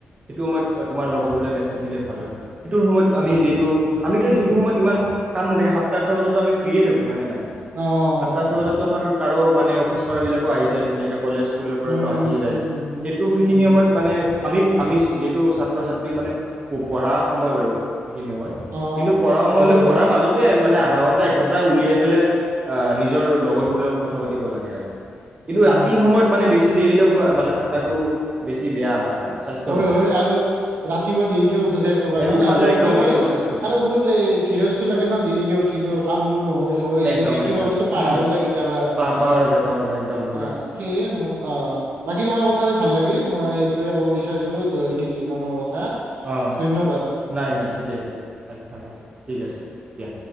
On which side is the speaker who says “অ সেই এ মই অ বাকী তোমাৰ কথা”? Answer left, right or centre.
Right